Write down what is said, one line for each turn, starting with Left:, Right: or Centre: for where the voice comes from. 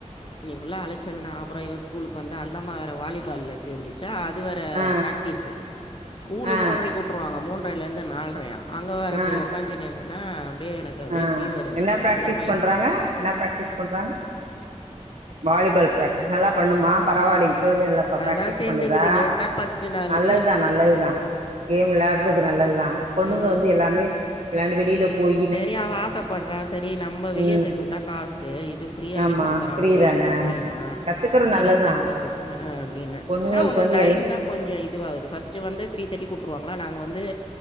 Left: இன்னக்கி ஃபுல்லா அழச்சல் தா அப்ற இவ ஸ்கூலுக்கு வந்தா அந்தம்மா வேற வாலிபால்ல சேந்து ச்சா அது வேர
Right: ஆ
Left: ப்ராக்டிஸு ஸ்கூலு
Right: ஆ
Left: மூன்றக்கு உட்டுருவாங்க மூன்றேலிருந்து நால்ரையா அங்க வேர
Right: ஆ
Left: போய் உக்காஜின்னு இருந்தேன்னா அப்டியே எனக்கு அப்டியே
Right: ஆ
Left: ஃபீவர்ரு
Right: என்ன
Left: பயங்கரமாயிடுச்சு
Right: பிராக்டிஸ் பண்றாங்க என்ன ப்ராக்டிஸ் பண்றாங்க வாலிபால் ப்ராக்டிஸ் நல்லா பண்ணுமா பரவாயில்ல இப்ப இருந்தே நல்லா ப்ப பிராக்டிஸ்
Left: தான் சேர்ந்துக்குது.
Right: பண்ணுதா
Left: நேத்து தான் ஃபர்ஸ்ட்டு நாளு.
Right: நல்லதுதா நல்லதுதா கேம் வெளாடுறது நல்லதுதா பொண்ணுங்க
Left: ஆ.
Right: வந்து எல்லாமே வெளாண்டு வெளியில போய்
Left: செரி அவ ஆசப்பட்றா சரி நம்ப வெளியே
Right: ம்
Left: சேத்து உட்டா காசு இது ஃப்ரீயாவே
Right: ஆமா
Left: சொல் லி தரா
Right: ஃப்ரீ
Left: ஒரு வருஷத்துக்கு
Right: தான
Left: ஃப்ரீயா
Right: கத்துக்கறது
Left: சரி
Right: நல்லதுதா
Left: சேந்துக்கோ ம் அ அப்டின்ன
Right: பொண்ணுங்களுக்கு
Left: என்னா ஒன்னு
Right: வந்து
Left: டைம்
Right: எல்
Left: தா கொஞ்சோ இதுவாது ஃபர்ஸ்ட்டு வந்து த்ரீ தேட்டிக்கு வுட்டுருவாங்களா நாங்க வந்து